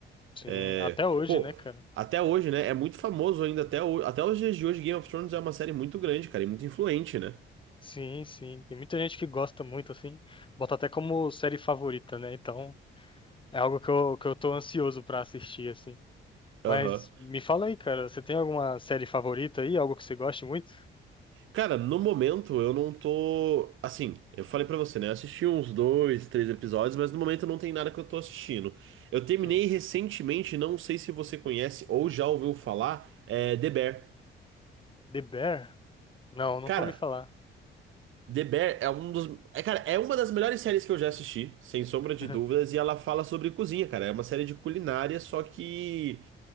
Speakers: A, on the left (about 25°); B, on the right (about 80°).
A: Sim,
B: É,
A: até hoje,
B: Pô,
A: né, cara?
B: até hoje, né? É muito famoso ainda até, ho- até os dias de hoje. Game of Thrones é uma série muito grande, cara, e muito influente, né?
A: Sim, sim. Tem muita gente que gosta muito, assim. Bota até como série favorita, né? Então, é algo que eu, que eu tô ansioso pra assistir, assim. Mas
B: Aham.
A: me fala aí, cara, você tem alguma série favorita aí? Algo que você goste muito?
B: Cara, no momento eu não tô. Assim, eu falei pra você, né? Eu assisti uns dois, três episódios, mas no momento não tem nada que eu tô assistindo. Eu terminei
A: Sim.
B: recentemente, não sei se você conhece ou já ouviu falar, é The Bear.
A: The Bear? Não, nunca
B: Cara,
A: ouvi falar.
B: The Bear é um dos. É, cara, é uma das melhores séries que eu já assisti, sem sombra de
A: <laughs>
B: dúvidas, e ela fala sobre cozinha, cara. É uma série de culinária, só que.